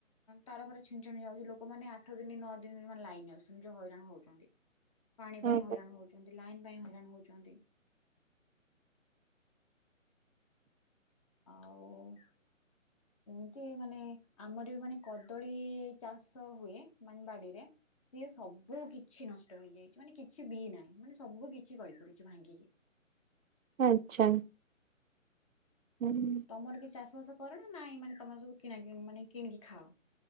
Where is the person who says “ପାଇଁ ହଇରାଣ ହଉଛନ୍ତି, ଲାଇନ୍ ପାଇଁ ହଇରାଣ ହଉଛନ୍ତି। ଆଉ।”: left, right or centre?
Left